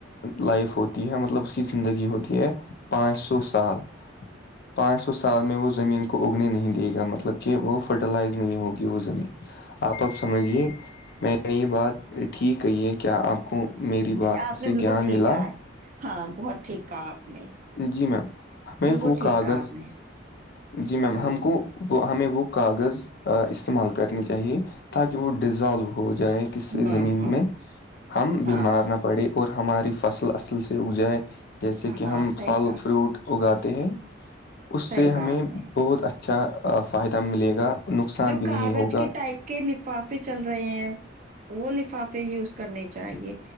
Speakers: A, on the left; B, on the right.
A: لائف ہوتی ہے مطلب اس کی زندگی ہوتی ہے پانچ سو سال پانچ سو سال میں وہ زمین کو اگنے نہیں دے گا مطلب کہ وہ فرٹیلائز نہیں ہوگی وہ زمین آپ اب سمجھیے میں نے یہ بات ٹھیک کہی ہے کیا آپ کو میری بات
B: آپ نے
A: سے
B: بالکل
A: گیان
B: ٹھیک
A: ملا
B: کہا ہے ہاں بہت ٹھیک کہ آپ نے
A: جی میم ہمیں
B: بالکل
A: وہ
B: ٹھیک
A: کاغذ
B: کہا آپ نے
A: جی میم
B: ہوں
A: ہم کو وہ ہمیں وہ کاغذ استعمال کرنی چاہیے تاکہ وہ ڈیزالو ہو جائے ک سے
B: ہوں
A: زمین
B: ہاں
A: میں ہم
B: ہاں
A: بیمار نہ پڑے اور ہماری فصل اصل سے اگ جائے جیسے کہ
B: ہاں
A: ہم
B: صحیح
A: پھل
B: کہا
A: فروٹ اگاتے ہیں اس
B: صحیح
A: سے ہمیں
B: کہا آپ نے
A: بہت اچھا اچھا فائدہ ملے گا نقصان
B: جو
A: بھی
B: کاغذ
A: نہیں ہوگا
B: کے ٹائپ کے لفافے چل رہے ہیں وہ لفافے یوز کرنے چاہیے